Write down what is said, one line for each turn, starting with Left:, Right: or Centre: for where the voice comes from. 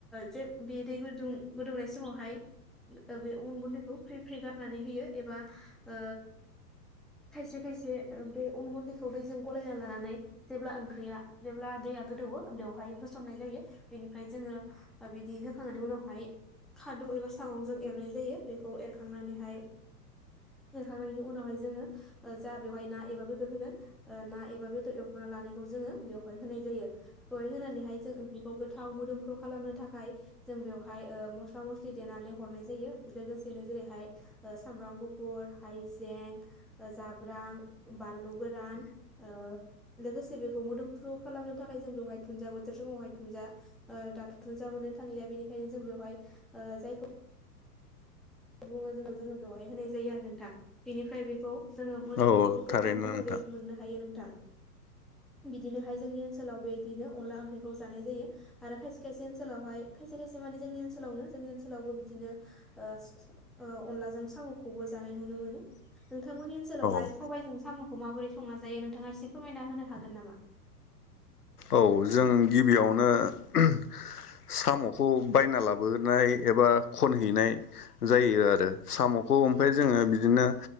Centre: जे बे दै गुदुं गोदौनाय समावहाय ओ बे उन गुन्दैखौ फ्रि फ्रि गारनानै होयो एबा ओ खायसे खायसे बे अन गुन्दैखौ दैजों गलायना लानानै जेब्ला ओंख्रिया जेब्ला दैया गोदौवो बेवहाय होसननाय जायो बेनिफ्राय जोङो ओ बिदि होखांनायनि उनावहाय खादौ एबा सागंजों एरनाय जायो बेखौ एरखांनानैहाय एरखांनायनि उनावहाय जोङो ओ जा बेवहाय ना एबा बेदर होगोन ओ ना एबा बेदर एरखना लानायखौ जोङो बेवहाय होनाय जायो बेवहाय होनानैहाय जों ओंख्रिखौ गोथाव मोदोमफ्रु खालामनो थाखा य जों बेयावहाय ओ मस्ला मस्लि देनानै हरनाय जायो लोगोसेनो जेरैहाय ओ सामब्राम गुफुर हायजें जाब्रां बानलु गोरान ओ लोगोसे बेखौ मोदोमफ्रु खालामनो थाखाय जों बेवहाय थुुनजा बोथोर समावहाय थुनजा आ दाथ' थुनजा मोननो थांलिया बेनिखायनो जों बेवहाय ओ जायखौ बुङो जों जोङो बेवहाय होनाय जायो आरो नोंथां बेनिफ्राय बेखौ जोङो मोदोमफ्रु
Left: औ
Centre: गोथाव
Left: थारैनो
Centre: महरै
Left: नोंथां
Centre: मोननो हायो नों थां बिदिनोहाय जोंनि ओनसोलाव बेदिनो अनला ओंख्रिखौ जानाय जायो आरो खायसे खायसे ओनसोलावहाय खायसे खायसे माने जोंनि ओनसोलावनो जोंनि ओनसोलावबो बिदिनो ओ ओ अनलाजों सामखौबो जानाय नुनो मोनो नोंथांमोननि ओनसोलावहाय
Left: औ
Centre: सबायजों सामखौ माबोरै संना जायो नोंथाङा एसे फोरमायना होनो हागोन नामा
Left: औ जों गिबियावनो ओहोम सामखौ बायना लाबोनाय एबा खनहैनाय जायो आरो सामखौ ओमफ्राय जोङो बिदिनो